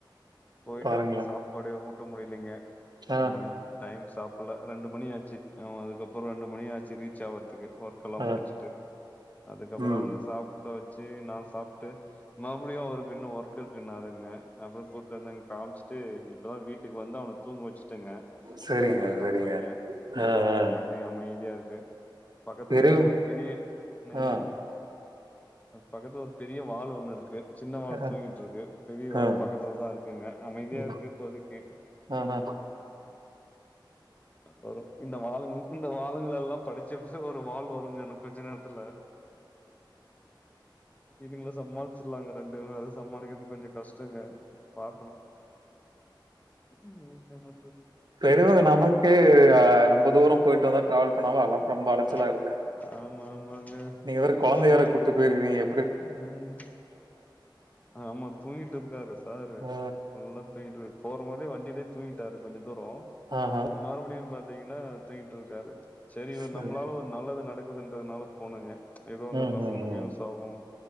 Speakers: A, on the left (about 20°); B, on the right (about 55°).
A: போய்ட்டு
B: பாருங்களேன்.
A: அவனுக்கு சாப்பாடே ஊட்ட முடிலைங்க
B: ஆ,
A: அவ டைம் சாப்புல்ல ரெண்டு மணியாச்சு அதுக்கப்புறோ ரெண்டு மணியாச்சு ரீச் ஆவறதுக்கு கல்லா
B: ஆ.
A: முடிச்சுட்டு அதுக்கப்புறோ
B: ம்.
A: சாப் ட வெச்சு நா சாப்ட்டு மறுபுடியு அவருக்கு இன்னு ஒர்க் இருக்குன்னாருங்க அப்றோ கூட்டு வந்து அங்க காம்ச்சுட்டு இப்பதா வீட்டுக்கு வந்து அவன தூங்க வெச்சுட்டங்க
B: சரிங்க,
A: தூங்கிட்ருக்கா
B: சரிங்க.
A: பைய
B: ஆ,
A: அத்தா
B: ஆ.
A: கொஞ்சோ அப்டி அமைதியா இருக்கு பக்கத்துலயே
B: பெரியவ
A: ஒரு பெரிய என்னங்க
B: ஆ,
A: பக்கத்துல ஒரு பெரிய வால் ஒண்ணு இருக்கு சின்ன வால்
B: ஆ,
A: தூங்கிட்ருக்கு பெரிய வால்
B: ஆ.
A: பக்கத்துலதா இருக்குங்க அமைதியா
B: ம்.
A: இருக்கு இப்போதைக்கு
B: ஆஹா.
A: வரும் இந்த வாலுங்கள இந்த வாலுங்களெல்லா படிச் சிப்சு ஒரு வால் வருங்க இன்னு கொஞ்ச நேரத்துல இதுங்கள சமாள்ச்சிட்லாங்க ரெண்டுமே அது சமாளிக்கற்து கொஞ்சோ கஷ்டோங்க பாக் ம் என்ன பண்றது
B: செரிவுடுங்க நமக்கு ரொம்ப தூரோ போய்ட்டு வந்தா ட்ராவல் பண்ணாலு நல்லா ரொம்ப அலச்சலாய்ருது
A: ஆ ஆமா ஆமாங்க
B: நீங்கவேற
A: ம்
B: கொழந்தய வேற கூட்டு போய்ருக்கீங்க
A: ம் ஆமா தூங்கிட்ருக்காரு சாரு
B: அ
A: நல்லா தூங்கிட்டு போறமோதே வண்டிலயே தூங்கிட்டாரு கொஞ்ச தூரோ
B: ஆஹா
A: மறுபுடியு பாத்தீங்கன்னா தூங்கிட்டு இருக்காரு செரி இவர்
B: சரி
A: நம்ளால ஒரு நல்லது நடக்குது அதுனால போனங்க எதோ அந்த
B: ம்
A: பசங்ளுக்கு
B: ம் ம்
A: யூஸ் ஆகு